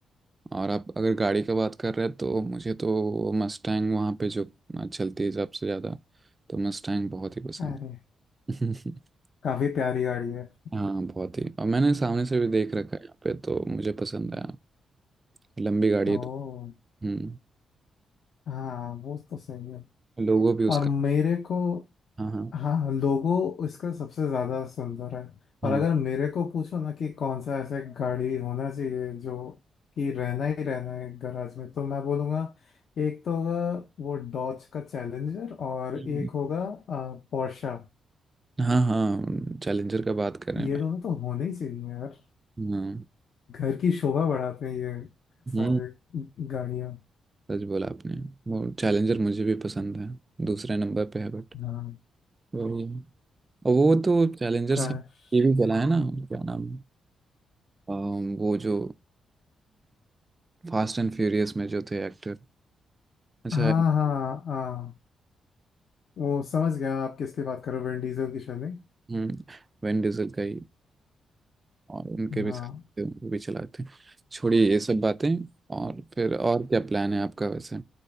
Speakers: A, on the right; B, on the left.
A: और आप अगर गाड़ी का बात कर रहे हैं तो मुझे तो मस्टैंग वहाँ पे जो चलती है सबसे ज़्यादा तो मस्टैंग बहुत ही पसंद
B: अरे
A: है <laughs>
B: काफी प्यारी गाड़ी है
A: हाँ बहुत ही और मैंने सामने से भी देख रखा है यहाँ पे तो मुझे पसंद आया लंबी गाड़ी
B: ओ
A: है तो हम्म
B: हाँ वो तो सही है
A: लोगों भी उसका
B: और मेरे को
A: हाँ हाँ
B: हाँ लोगो इसका सबसे ज्यादा सुंदर है और
A: हाँ
B: अगर मेरे को पूछो ना कि कौन सा ऐसा गाड़ी होना चाहिए जो कि रहना ही रहना है गैराज में तो मैं बोलूँगा एक तो होगा वो डॉज का चैलेंजर और
A: हम्म।
B: एक होगा पोर्शा
A: हाँ हाँ चैलेंजर का बात कर रहे
B: ये
A: हैं भाई
B: दोनों तो होने ही चाहिए यार
A: हाँ
B: घर की शोभा बढ़ाते हैं ये
A: हम्म
B: सारे गाड़ियाँ
A: सच बोला आपने वो चैलेंजर मुझे भी पसंद है दूसरे नंबर पे है बट
B: हाँ
A: वही और वो तो चैलेंजर
B: काश
A: सब ये भी चला है ना क्या नाम अम, वो जो फास्ट एंड फ्यूरियस में जो थे एक्टर अच्छा
B: हाँ हाँ हाँ वो समझ गया आप किसकी बात करो विन डीजल की शायद नहीं?
A: हम्म वैन डीजल का ही और उनके
B: हाँ
A: भी साथ थे, वो भी चलाते हैं छोड़िए ये सब बातें और फिर और क्या प्लान है आपका वैसे